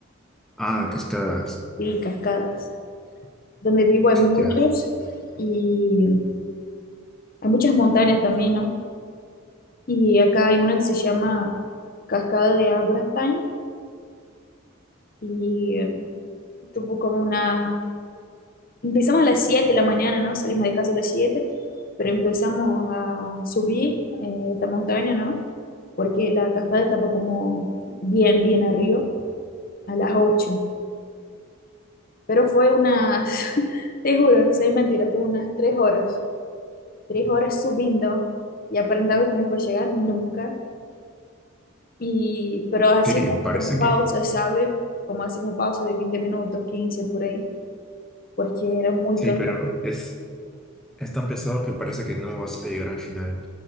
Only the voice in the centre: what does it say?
Ah, cascadas.
Ya.
Sí, parece
que
sí,
pero es, es tan pesado que parece que no vas a llegar al final.